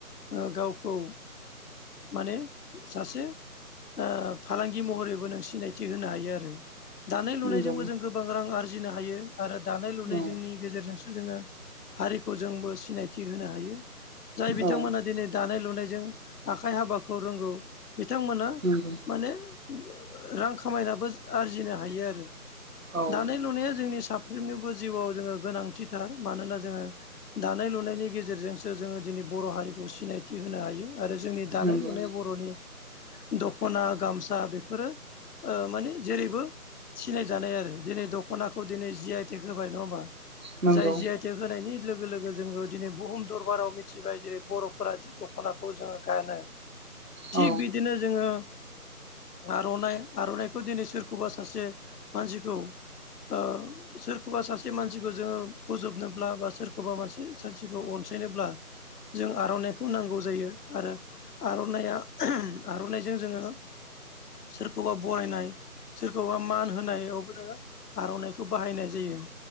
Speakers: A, on the left (about 80°); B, on the right (about 60°).
A: ओ गावखौ माने सासे ओ फालांगि महरैबो नों सिनायथि होनो हायो आरो दानाय लुनायजोंबो
B: नंगौ
A: जों गोबां गोबां रां आरजिनो हायो आरो दानाय लुनाय
B: औ
A: जोंनि गेजेरजोंसो जोङो हारिखौ जोंबो सिनायथि होनो हायो। जाय बिथांमोना
B: औ
A: दिनै दानाय लुनायजों आखाइ हाबाखौ रोंगौ बिथांमोना
B: नंगौ
A: माने रां खामायनाबो आरजिनो हायो आरो।
B: औ
A: दानाय लुनाया जोंनि साफ्रोमनिबो जिउआव जोङो गोनांथिथार मानोना जोङो दानाय लुनायनि गेजेरजोंसो जोङो दिनै बर' हारिखौ सिनायथि होनो हायो। आरो जोंनि दानाय
B: नंगौ
A: लुनाय बर'नि दख'ना गामसा बेफोरो ओ माने जेरैबो सिनाय जानाय आरो दिनै दख'नाखौ दिनै जि आइ टेक होबाय नङा होमबा
B: नंगौ
A: जाय जि आइ थेग थि होनायनि लोगो लोगो जोङो दिनै बुहुम दरबाराव मिथिबाय जेरै बर'फोरा जि दख'ना खौ जोङो गानो थिग
B: औ
A: बिदिनो जोङो आर'नाइ आर'नाइखौ दिनै सोरखौबा सासे मानसिखौ ओ सोरखौबा सासे मानसिखौ जोङो बोजबनोब्ला बा सोरखौबा मासे सानसेखौ अनसायनोब्ला जों आर'नाइखौ नांगौ जायो। आरो आर'नाइया आर'नाइजों जोङो सोरखौबा बरायनाय सोरखौबा मान होनायावबो जोङो आर'नाइखौ बाहायनाय जायो।